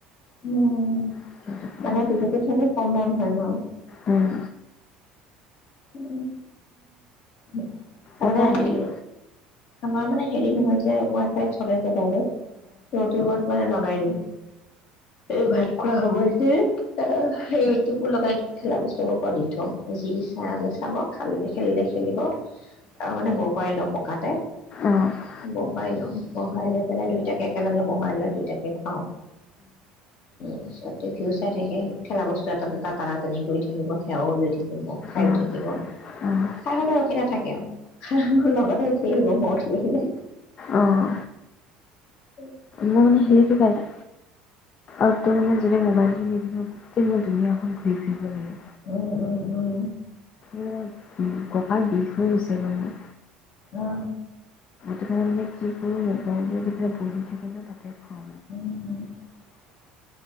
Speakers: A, on the left (about 55°); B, on the left (about 35°).
A: উম
B: সেইটো কাৰণে
A: মানে বিহেত চাগে কমন হয় ন
B: উম
A: উম উ তাৰ
B: এটা
A: মানে
B: আনিম
A: হেৰি আমাৰ মানে হেৰি নহয় যে ৱাই এপচ চলে যে বাইদৈ ইউটিউবত মানে লগাই দিওঁ এই ভাত খোৱা হব যে সেই ইউটিউব‌ লগাই দিওঁ খেলা বস্তুবোৰ পৰা দি থওঁ যি চৈ চাব খাল খেলিলে খেলিব আৰু মানে বহুৱাই লওঁ পকাতে
B: অঁ অঁ অঁ অঁ অঁ
A: বহুৱাই লওঁ বহাই লৈ পেলাই দুইটাকে একেলগে বহাই লৈ দুইটাকে খুৱাওঁ পিছতে সিও চাই থাকে খেলা বস্তু এটাাত এটা টানা টানি কৰি থাকিব সেৱাও লৈ থাকিব খাই
B: অঁ
A: উ
B: অঁ
A: থাকিব
B: অঁ
A: খাই হলে ৰখি নাথাকে খ লগতে উঠি আহিব মই উঠি আহিলেহে
B: অঁ
A: উ
B: মোৰ মানে সেইটো কাৰণে আৰু তোৰ মানে যদি মবাইল গোটেই মই ধুনীয়াখন ঘূৰি ফুৰিব লাগে
A: উম উম উম
B: এ ককাল বিষ হৈ গৈছে গে মোৰ
A: উম
B: ৰাতিপুৱা সময়ত কি কৰো ম'বাইল টো দি যেতিয়া বহি থাকে ন তাতে খওঁ
A: <unintelligible>